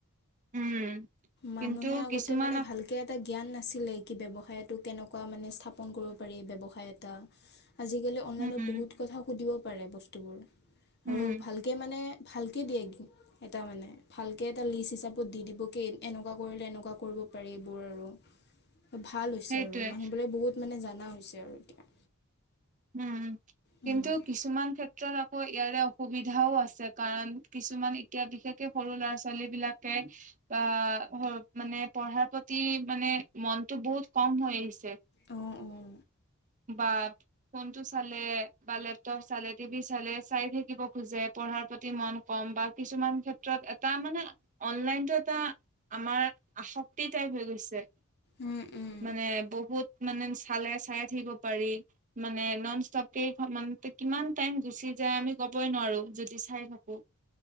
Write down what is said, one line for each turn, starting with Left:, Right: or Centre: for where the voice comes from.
Right: উম
Left: মানুহে
Right: কিন্তু
Left: আগতে
Right: কিছুমান
Left: মানে ভালকে এটা জ্ঞান নাছিলে কি ব্যবসায়টো কেনেকুৱা বা মানে স্থাপন কৰিব পাৰি ব্যৱসায় এটা আজিকালি অনলাইনত
Right: উম
Left: বহুত কথা সুধিব পাৰে বস্তুবোৰ
Right: উম
Left: আৰু ভালকে মানে ভালকে দিয়ে এটা মানে ভালকে এটা লিষ্ট হিচাপত দি দিব এনেকুৱা কৰিলে এনেকুৱা কৰিব পাৰি এইবোৰ আৰুৰ্কৰ্ ভাল হৈছে
Right: সেইটোয়ে
Left: আৰু মানুহবোৰে বহুত মানে জাননা হৈছে আৰু এতিয়া
Right: উম কিন্তু
Left: উম।
Right: কিছুমান ক্ষেত্ৰত আ ইয়াৰে অসুবিধাও আছে কাৰণ কিছুমান এতিয়া বিশেষকে সৰু ল'ৰা ছোৱালী বিলাকে অ মানে পঢ়াৰ প্ৰতি মানে মনতটো বহুত কম হৈ আহিছে
Left: অঁ অঁ
Right: বাৰ ফোনটো চালে বা লেপটপ চালে টিভি চালে চাই থাকিব খোজে পঢ়াৰ প্ৰতি মন কম বা কিছুমান ক্ষেত্ৰত এটা মানে অনলাইনতটো এটা আমাৰ আসক্তক্তি টাইপ হৈ গৈছে
Left: উম উম
Right: মানে বহুত মানে চালে চাই থাকিব পাৰি মানে নন ষ্টপক কিমান টাইম গুচি যায় আমি কবই নোৱাৰো যদি চাই থাকো